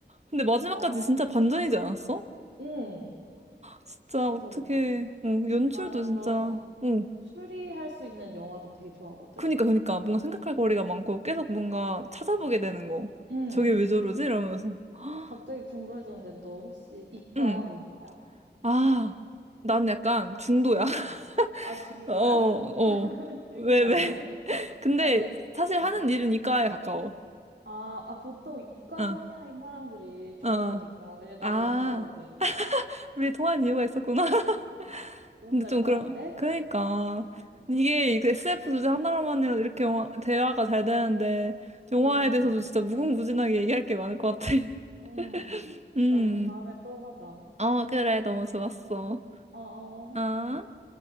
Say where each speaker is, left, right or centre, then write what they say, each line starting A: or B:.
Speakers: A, on the right; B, on the right.
A: 근데 마지막까지
B: 어,
A: 진짜
B: 어,
A: 반전이지 않았어?
B: 응.
A: 진짜
B: 진짜
A: 어떻게
B: 너무 재밌어.
A: 어, 연출도
B: 나는 그런
A: 진짜 어.
B: 추리할 수 있는 영화도 되게 좋아하거든.
A: 그니까, 그니까. 뭔가 생각할 거리가 많고 계속 뭔가 찾아보게 되는 거.
B: 응.
A: 저게 왜 저러지? 이러면서. <gasps>
B: 갑자기 궁금해졌는데 너 혹시 이과야,
A: 응.
B: 문과야?
A: 아, 난 약간 중도야. <laughs>
B: 어. 아, 증거야?
A: 어, 어.
B: <laughs> 신기하네.
A: 왜, 왜? <laughs> 근데
B: 아니,
A: 사실
B: 어.
A: 하는 일은 이과에 가까워.
B: 아, 아, 보통 이과
A: 어,
B: 성향인 사람들이 좋아하니까.
A: 어.
B: 왜냐면 나도
A: 아,
B: 이과거든.
A: 우리 통한 이유가 있었구나. <laughs>
B: 음, 너무
A: 근데
B: 잘
A: 좀
B: 통하는데?
A: 그럼, 그러니까. 이게 그 SF 주제 하나로만 이렇게 영화- 대화가 잘 되는데, 영화에
B: 그러니까.
A: 대해서도 진짜 무궁무진하게 얘기할 게 많을 것 같아. <laughs>
B: 음.
A: 음.
B: 나 우리 다음에 또 하자.
A: 어, 그래. 너무 좋았어.
B: 어어.
A: 어?